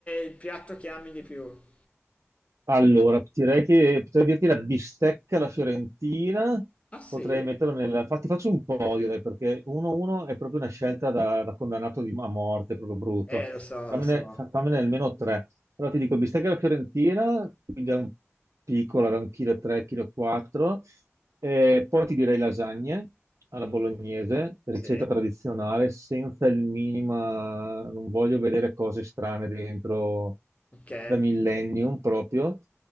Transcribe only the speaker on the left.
il piatto che ami di più.
Ah sì?
Eh lo so,
lo so,
sì,
ok.